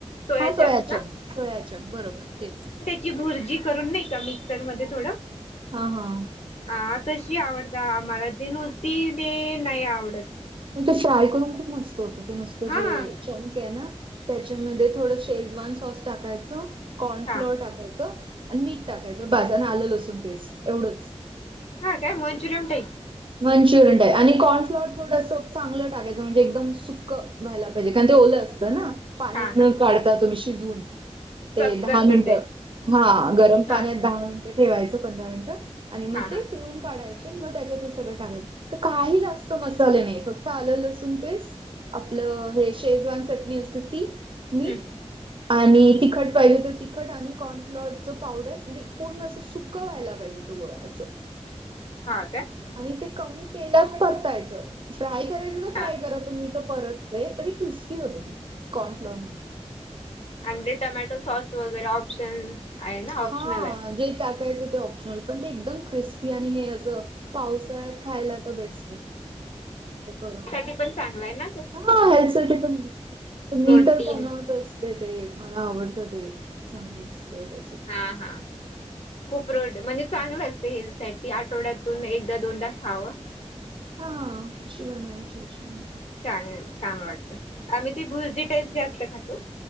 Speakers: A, on the left; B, on the right.
A: सोया
B: हा सोयाचन,
A: चंक्स ना
B: सोयाचन बरोबर तेच.
A: ची भुर्जी करून नाही का मिक्सर मध्ये थोडं
B: हा हा.
A: हा तशी आवडता मला ते नुसती ते नाही आवडत.
B: मग ते फ्राय करून खूप मस्त होत ते नुसतं
A: हा
B: जे चंक आहे ना. त्याच्यामध्ये थोडं शेजवान सॉस टाकायचं, कॉर्न
A: हा
B: फ्लोअर टाकायचं आणि मीठ टाकायचं बास आन आलं, लसून पेस्ट एवढंच.
A: हा काय मंचुरयम टाईप.
B: मंचुरियन टाय आणि कॉर्नफ्लवर थोडंसं चांगलं टाकायचं म्हणजे एकदम सुक - व्हायला पाहिजे कारण ते ओलं असतं ना पाण्यात
A: हा हा
B: काढता तुम्ही शिजून. ते
A: सक
B: दहा
A: करत
B: मिनटं
A: ते
B: हा गरम पाण्यात
A: हा
B: दहा मिनिटं ठेवायचं पंधरा मिनिटं- आणि मग
A: हा हा
B: ते पिळून काढायचे मग त्याच्यात हे सगळं टाकायचं तर काही जास्त मस्त - चाले नाही फक्त आलंल लसून पेस्टआपलं हे शेजवान चटणी असते ती. मीठ
A: हम्म
B: आणि तिखट पाहिजे तर तिखट आणि कॉर्नफ्लॉअरचं पावडर. ते पूर्ण असं सुकं व्हायला पाहिजे तो गोळा असं.
A: हा का?
B: आणि ते कमी तेलात परतायचं फ्राय करायचं तर फ्राय
A: हा
B: करा. तर मी तर परतते तरी क्रिस्पी होतो ना कॉर्नफ्लॉअर म्हणून.
A: अेअंडे टोमॅटो सॉस वगैरे ऑप्शन. आहे ना ऑप्शनल
B: हा
A: आहे
B: जे टाकायचं ते ऑप्शनल पण ते एकदम क्रिस्पी आणि हे असं. पावसाळ्यात खायला तर बेस्ट आहे असं करून.
A: हे पण चांगलाय ना ते.
B: हा हेल्थ सा पण मी
A: प्रोटीन
B: तर बनवते पण - खूप हेल्थ असतं ते मला आवडत ते चांगलं असतं ते
A: हा हा खूप रोड म्हणजे. चांगलं असते हेल्थ साठी आठवड्यातून एकदा दोनदा खावं.
B: हा हाशी बनवायचीशी बन <inaudible>
A: छान छान वाटत आम्ही ती भुर्जी टाईप जास्त खातो